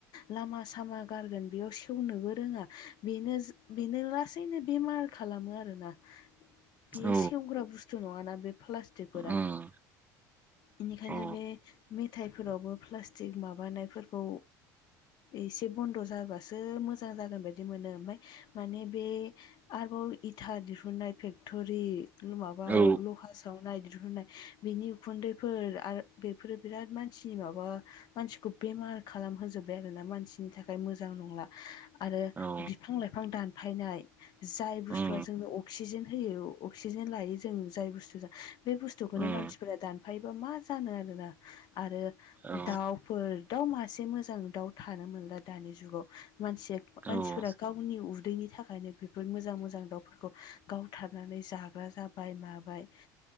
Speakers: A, on the left; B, on the right.
A: लामा सामा गारगोन बेयाव सेवनोबो रोङानो बैनो बेनो लासैनो बेमार खालामो आरोना। बेयो
B: औ
A: सेवग्रा बुस्थु नङाना बे प्लास्टिकफोरा।
B: उम
A: बेनिखायनो
B: औ
A: बे मेथायाइफोरावबो प्लास्टिक माबानायफोरखौ एसे बन्द जाबासो मोजां जागोन बायदि मोनो ओमफ्राय माने बे आरोबाव इथा दिहुननाय फेक्टरि माबा
B: औ
A: लहा सावनाय दिहुननाय बिनि उखुन्दैफोर आरो बेफोरो बिराद मानसिनि माबा मानसिखौ बेमार खालाम खालाम होजोबबाय आरोना मानसिनि थाखाय मोजां नंला आरो
B: औ
A: बिफां लाइफां दानफायनाय जाय बुस्थुआ
B: उम
A: जोंनो अ क्सिजेन होयो अक्सिजेन लायो जों जाय बुस्थुजो बे बुस्थुखौनो
B: उम
A: मानसिफोरा दान फायोबा मा जानो आरोना। आरो
B: औ
A: दाउफोर दाउ मासे से मोजां दाउ थानो मोनला दानि जुगाव मानसिया
B: औ
A: मानसिफोरा गावनि उदैनि थाखायनो बेफोर मोजां मोजां दाउफोरखौ गावथारनानै जाग्रा जाबाय माबाय।